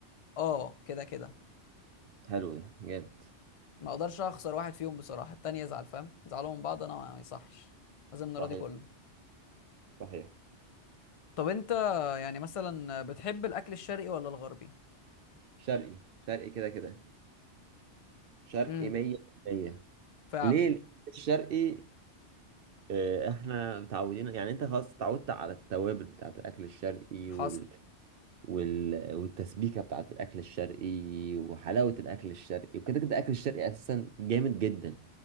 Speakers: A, on the left; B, on the right.
A: اه كده كده
B: حلو ده جامد
A: ما اقدرش اخسر واحد فيهم بصراحه التاني يزعل فاهم يزعلوا من بعض انا ما يصحش لازم نراضي
B: صحيح
A: كله
B: صحيح
A: طب انت يعني مثلا بتحب الاكل الشرقي ولا الغربي
B: شرقي شرقي كده كده شرقي
A: امم
B: 100%
A: فعلا
B: ليه الشرقي آه، احنا متعودين يعني انت خلاص اتعودت على التوابل بتاعت الاكل الشرقي
A: حصل
B: وال... وال... والتسبيكه بتاعت الاكل الشرقي وحلاوه الاكل الشرقي وكده كده الاكل الشرقي اساسا جامد جدا